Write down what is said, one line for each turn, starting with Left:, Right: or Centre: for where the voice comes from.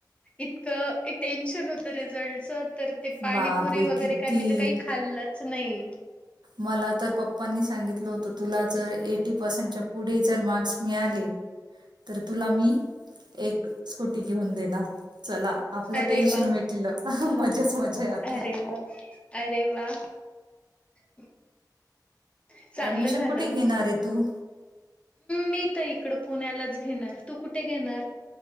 Left: इतकं टेन्शन होत रिझल्टच तर ते
Right: बापरे
Left: पाणीपुरी वगैरे
Right: किती
Left: काय मी तर काही खाल्लंच नाही
Right: मला तर पप्पांनी सांगितलं होत तुला जर एटी पर्सेंटच्या पुढे जर मार्क्स मिळाले तर तुला मी एक स्कुटी घेऊन देणार चला आपलं
Left: अरे
Right: टेन्शन
Left: वा
Right: मिटलं मजाच मजा आहे आता
Left: अरे वा अरे वा <unintelligible> चांगलं
Right: ऍडमिशन
Left: झालंम्
Right: कुठे घेणार आहे तू?
Left: मी इकड पुण्यालाच घेणार तू कुठे घेणार